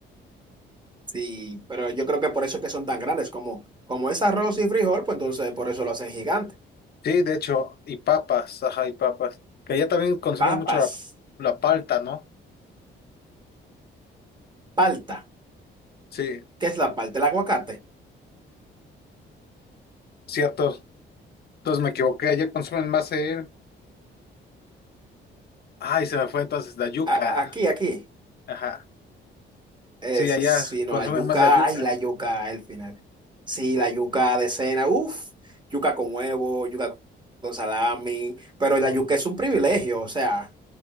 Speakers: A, on the right (about 20°); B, on the left (about 55°).
A: Sí, pero yo creo que por eso es que son tan grandes, como, como es arroz y frijol, pues entonces por eso lo hacen gigante.
B: Sí, de hecho, y papas, ajá, y papas, que allá también consumen
A: Papas.
B: mucho la, la palta, ¿no?
A: Palta.
B: Sí,
A: ¿Qué es la palta? El aguacate.
B: cierto, entonces me equivoqué, allá consumen más el, ay, se me fue entonces la yuca,
A: A- aquí, aquí.
B: ajá,
A: Es,
B: sí, allá
A: si
B: consumen
A: no, la yuca.
B: más la yuca,
A: Ay, la
B: ¿no?
A: yuca, el final. Sí, la yuca de cena. Uf, yuca con huevo, yuca con salami. Pero la yuca es un privilegio. O sea,